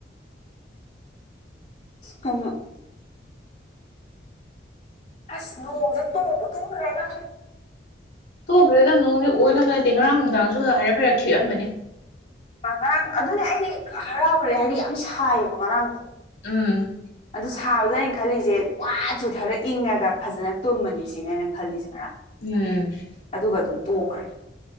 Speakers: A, on the left; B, on the left.
A: ꯀꯩꯅꯣ ꯑꯁ ꯅꯣꯡꯖꯦ ꯇꯣꯛꯄꯨ ꯇꯣꯛꯈ꯭ꯔꯦꯗ
B: ꯇꯣꯛꯈ꯭ꯔꯦꯗ ꯅꯣꯡꯗꯤ ꯑꯣꯏꯅꯕ ꯅꯠꯇꯦ ꯉꯔꯥꯡ ꯅꯨꯡꯗꯥꯡꯁꯨ ꯍꯥꯏꯔꯞ ꯍꯥꯏꯔꯞ ꯈꯤꯛꯑꯝꯕꯅꯤ
A: ꯉꯔꯥꯡ ꯑꯗꯨꯅꯦ ꯑꯩꯗꯤ ꯍꯔꯥꯎꯔꯨꯔꯦ ꯍꯥꯏꯗꯤ ꯌꯥꯝ ꯁꯥꯏꯌꯦꯕ ꯉꯔꯥꯡꯗꯣ
B: ꯎꯝ
A: ꯑꯗꯨ ꯁꯥꯕꯗꯨꯗ ꯑꯩꯅ ꯈꯜꯂꯤꯁꯦ ꯋꯥ ꯆꯨꯊꯔ ꯏꯪꯉꯒ ꯐꯖꯅ ꯇꯨꯝꯃꯅꯤ ꯁꯤꯅ ꯑꯩꯅ ꯈꯜꯂꯤꯁꯦ ꯉꯔꯥꯡ
B: ꯎꯝ <unintelligible>
A: ꯑꯗꯨꯒ ꯑꯗꯨꯝ ꯇꯣꯛꯈ꯭ꯔꯦ